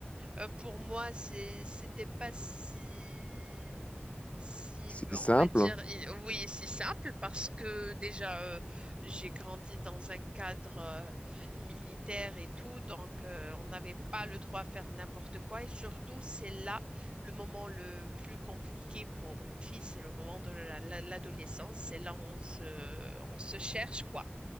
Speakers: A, on the right; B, on the left.
A: euh, pour moi, c'est, c'était pas si, si,
B: C'est
A: on
B: simple.
A: va dire,
B: hein.
A: i- oui, si simple parce que déjà, euh, j'ai grandi dans un cadre euh, militaire et tout, donc euh, on n'avait pas le droit à faire n'importe quoi. Et surtout, c'est là le moment le plus compliqué pour une fille, c'est le moment de la- la- l'adolescence. C'est là où on se, on se cherche, quoi.